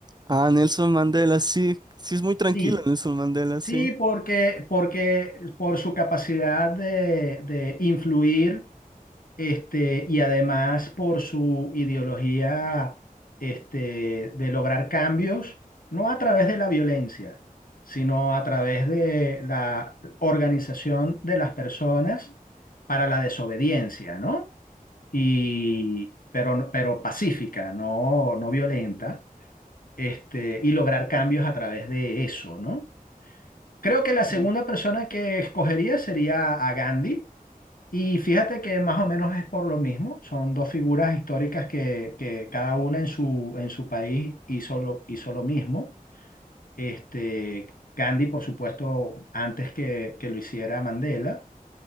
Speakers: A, on the right; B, on the left.
A: Ah, Nelson Mandela, sí, sí es muy tranquilo
B: Sí,
A: Nelson Mandela,
B: sí,
A: sí.
B: porque, porque por su capacidad de, de influir. este, y además por su ideología este, de lograr cambios, no a través de la violencia, sino a través de la organización de las personas para la desobediencia, ¿no? Y, pero, no, pero pacífica, no, no violenta, este, y lograr cambios a través de eso, ¿no? Creo que la segunda
A: Sí.
B: persona que escogería sería a Gandhi y fíjate que más o menos es por lo mismo, son dos figuras históricas que, que cada una en su, en su país hizo lo, hizo lo mismo. Este, Gandhi, por supuesto, antes que, que lo hiciera Mandela.